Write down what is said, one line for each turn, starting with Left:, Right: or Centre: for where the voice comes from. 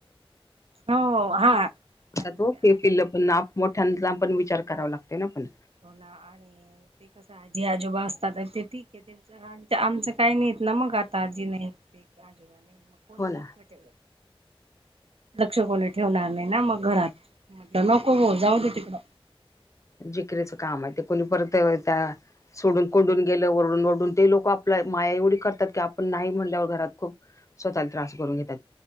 Right: हो हा. आणि
Left: आता तो फे
Right: आज
Left: फि पण आप मोठ्यांचा पण विचार करावा लागतोय ना, पण.
Right: हो ना, आणि ते कस आजी आजोबा असतात. ते ठीक आहे. त्यां, आमचं काही नाहीत ना मग आत. ताजी नाही. <unintelligible>
Left: हो ना
Right: लक्ष कोणी ठेवणार नाही. ना मग घरात. म्हटलं नको हो, जाऊ दे तिकडं.
Left: जिकरीचं काम आहे. ते कोणी परत त्या सोडून कोंडून गेलं ओरडून-ओरडून ते लोक आपल्या माया एवढी करतात की आपण नाही म्हणल्यावर घरात खूप स्वतःला त्रास करून घेतात.